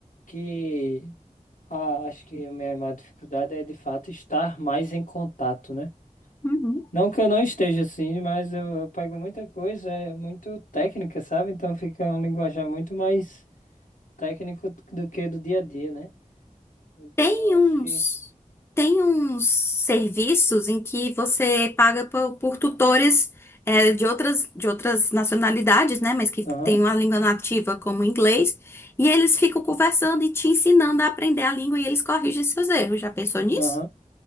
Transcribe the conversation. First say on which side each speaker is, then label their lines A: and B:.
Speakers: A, on the left; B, on the left.
A: que, ah, acho que a minha maior dificuldade é, de fato, estar mais em contato, né?
B: Uhum.
A: Não que eu não esteja assim, mas eu, eu pego muita coisa, é muito técnica, sabe? Então fica um linguajar muito mais técnico do do que do dia a dia, né? Então
B: Tem
A: eu
B: uns,
A: acho que.
B: tem uns serviços em que você paga por, por tutores é, de outras, de outras nacionalidades, né? Mas que
A: Aham,
B: tem uma língua nativa como o inglês, e eles ficam conversando e te ensinando a aprender a língua e eles corrigem seus erros. Já pensou nisso?
A: aham.